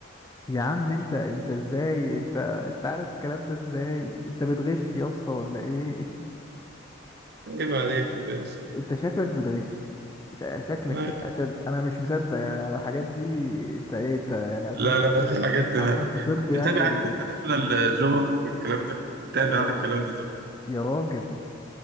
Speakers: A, on the left (about 15°); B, on the right (about 55°).
A: يا عم انت انت ازاي انت انت عارف الكلام ده ازاي انت بتغش يا اسطى ولا ايه
B: عيب عليك يا باشا
A: <laughs> انت شكلك بتغش شا- شكلك
B: لا
A: كده عشان انا مش مصدق يعني على الحاجات دي انت ايه انت يعني عشان
B: لا لا, لا في حاجات انا
A: عشان في طب
B: كنت
A: يعني
B: متابع
A: ولا
B: عارف انت ناشونال جيوغرافيك والكلام ده كنت متابع
A: إيه؟ يا
B: عن
A: رب
B: الكلام ده زمان
A: يا راجل